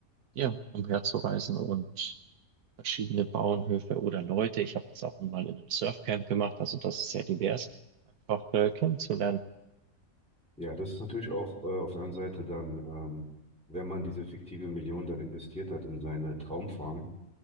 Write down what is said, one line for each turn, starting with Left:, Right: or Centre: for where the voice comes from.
Right: ja, umherzureisen und verschiedene Bauernhöfe oder Leute. Ich habe das auch mal in einem Surfcamp gemacht, also das ist sehr divers, einfach äh, kennenzulernen.
Centre: Ja, das ist natürlich auch äh, auf der anderen Seite dann, ähm, wenn man diese fiktive Million dann investiert hat in seine Traumfarm,